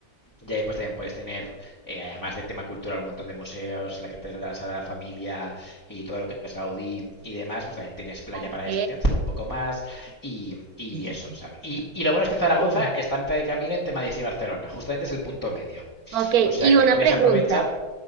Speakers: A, on the left; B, on the right.
A: y ahí pues también puedes tener, eh, además de tema cultural, un montón de museos, la Catedral de la Sagrada Familia y todo lo que es Gaudí y demás, pues también tienes playa
B: Ok.
A: para descansar un poco más y, y
B: <laughs>
A: eso, ¿sabes? Y, y, lo bueno es que Zaragoza
B: Sí.
A: está a mitad de camino entre Madrid y Barcelona, justamente es el punto medio.
B: Ok,
A: O sea
B: y una
A: que puedes
B: pregunta.
A: aprovechar...